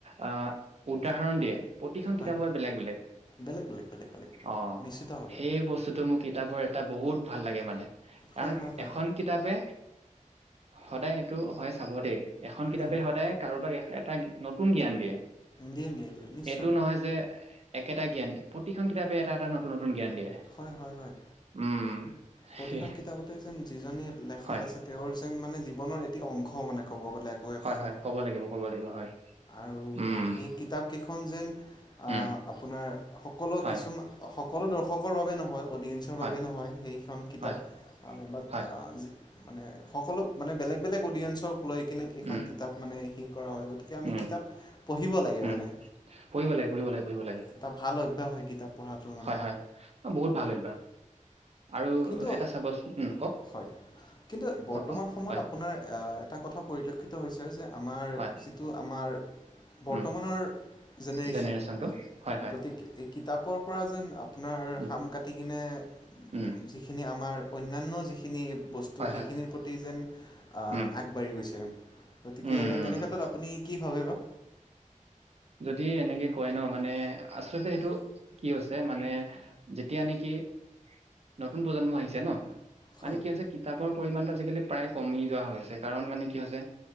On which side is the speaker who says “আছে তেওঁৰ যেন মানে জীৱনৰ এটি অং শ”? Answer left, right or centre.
Left